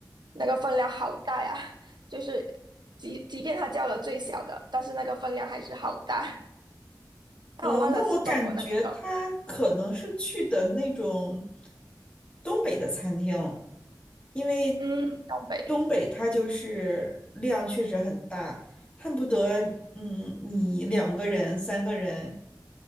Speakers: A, on the right (about 75°); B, on the left (about 15°).
A: 那个分量好大呀，<laughs> 就是即即便他叫了最小的，但是那个分量还是好大。<laughs> 但我忘了是中国哪一个。
B: 嗯，那我感觉他可能是去的那种东北的餐厅，因为
A: 嗯，东北，
B: 东北它就是量确实很大，恨不得嗯你两个人、三个人